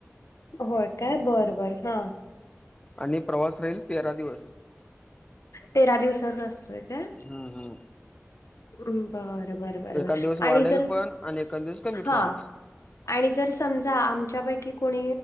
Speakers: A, on the left; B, on the left.
A: होय काय बर बर हा.
B: आणि प्रवास राहील तेरा दिवस.
A: तेरा दिवसाचा असतोय काय?
B: हम् हम्!
A: बरं बर बर
B: एखाद
A: बर
B: दिवस वाढेल
A: आणि जर,
B: पण आणि एखाद दिवस कमी
A: हा!
B: पण होईल.
A: आणि जर समजा आमच्यापैकी कोणी